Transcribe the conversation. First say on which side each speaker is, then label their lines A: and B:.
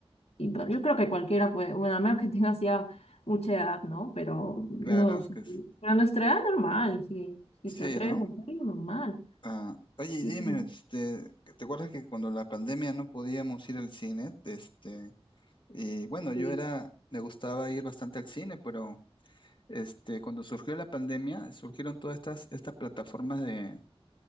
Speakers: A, on the left; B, on the left.
A: y pa- yo creo que cualquiera puede, bueno, a menos que <laughs> tengas ya mucha edad, ¿no? Pero no,
B: Claro, es
A: s-
B: que es-
A: a nuestra edad normal, si, si
B: sí,
A: te atreves
B: ¿no?
A: a hacerlo, normal.
B: Ah, oye, y
A: Sí,
B: dime,
A: sí,
B: este, ¿te acuerdas que cuando la pandemia no podíamos ir al cine? Este, y bueno,
A: sí.
B: yo era, me gustaba ir bastante al cine, pero este, cuando surgió la pandemia, surgieron todas estas, estas plataformas de,